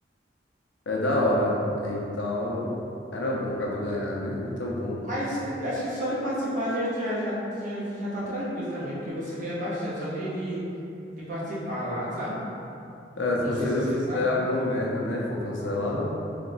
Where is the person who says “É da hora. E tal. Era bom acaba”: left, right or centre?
Left